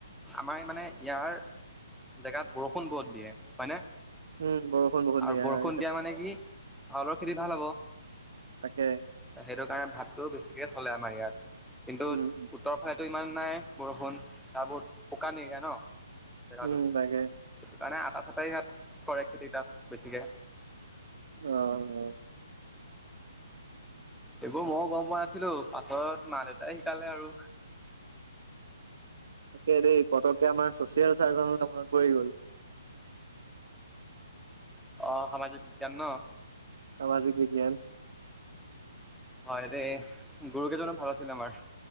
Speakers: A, in the centre; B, on the right.
A: আমাৰ মানে ইয়াৰ জেগাত বৰষুণ বহুত দিয়ে হয়নে।
B: উম বৰষুণ বহুত
A: আৰু
B: দিয়া
A: বৰষুণ
B: হয়
A: দিয়া মানে কি চাউলৰ খেতি ভাল হ'ব।
B: তাকে।
A: সেইটো কাৰণে ভাতটো বেছিকৈ চলে আমাৰ ইয়াত। কিন্তু
B: উম
A: উত্তৰৰ ফালেতো ইমান নাই বৰষুণ ত বহুত শুকান এৰিয়া ন জেগাটো,
B: উম উম তাকে
A: সেইটো কাৰণে আটা চটাই ইায়াত কৰে খেতি তাত বেছিকে।
B: অ', অ'।
A: এইবোৰ মইয়ো গ'ম পোৱা নাছিলো, পাছত মা দেউতাই শিকালে আৰু।
B: তাকে দেই পতককে আমাৰ চচিয়েল চাৰজনলৈ মনত পৰি গ'ল।
A: অ', সামাজিক বিজ্ঞান ন।
B: সামাজিক বিজ্ঞান।
A: হয় দেই গুৰু কেইজনো ভাল আছিলে আমাৰ।